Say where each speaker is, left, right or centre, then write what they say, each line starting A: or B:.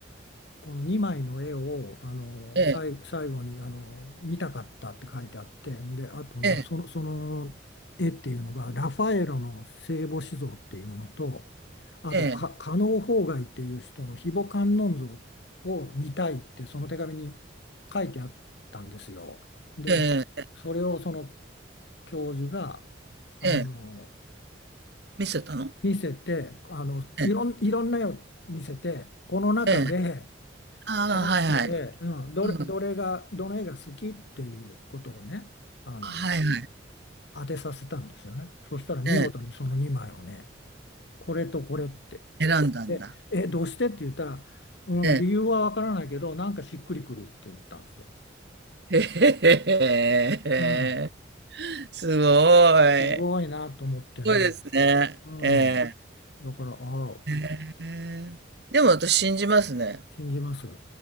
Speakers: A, on the left (about 65°); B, on the right (about 60°).
A: この2枚の絵をあの最後、
B: え
A: 最後にあの見たかったって書いてあってであとねその、
B: え
A: その絵っていうのがラファエロの聖母子像っていうのとあとか加納芳崖っていう人の非母観音像
B: ええ
A: を見たいってその手紙に書いてあったんですよ。で
B: ええええええええ
A: それをその教授があの
B: ええ見せたの
A: 見せてあのいろん、
B: ええ、
A: いろんな絵を見せてこの中で。
B: ええ、ああ、
A: この中で、
B: はいはい。
A: うん、
B: うん。
A: どれ、どれが、どの絵が好きっていうことをね、あの、
B: はいはい。
A: 当てさせたんですよね。そしたら見事にその2枚をね、
B: え
A: これとこれって。
B: え、選んだんだ。
A: で、え、どうしてって言ったら、うん、
B: ええ。
A: 理由はわからないけど、なんかしっくりくるって言ったんですよ。
B: へへへへへ。
A: うん、
B: すご
A: すごいなと思ってね。
B: い。すごいですね。
A: うん。
B: ええ。
A: だから、ああ、
B: へえ。でも私信じますね。
A: 信じます。あ